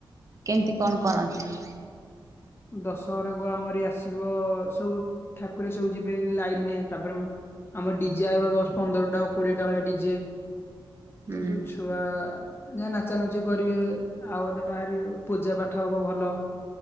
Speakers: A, on the right (about 40°); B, on the left (about 25°).
A: କେନ୍ତି କଣ କରନ୍ତି।
B: ଦଶହରାକୁ ଆମରି ଆସିବ ସବୁ ଠାକୁରେ ସବୁ ଯିବେ ଲାଇନରେ ତାପରେ ଆମର ଡିଜେ ଆଇବ ଦଶ ପନ୍ଦରଟା କୋଡିଏଟା ଭଳିଆ ଡିଜେ
A: ହୁଁ
B: ତ ସବୁ ଛୁଆ ଯା ନାଚାନାଚି କରିବେ ଆଉଅଧେ ବାହାରିବେ ପୂଜା ପାଠ ହବ ଭଲ।